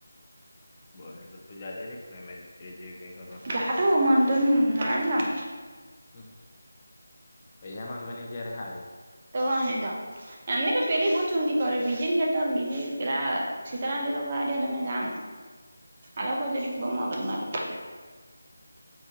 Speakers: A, on the left; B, on the right.
A: બોલ તો તું જાજે નહી પણ એમે ધીરે ધીરે કઈ કરવા.
B: જાતું મ તન નરા ન કામ <unintelligible>
A: હમ પૈસા માંગવાની ત્યારે હારિ.
B: તોગને દ એમને કે પહેલે બહુ ચંડી. કર બીજિ કે તમ બજ કેલા સીતારંદે લોકોવા તમે જામ. હલોકોજ ર બ મગજ મારી કરે.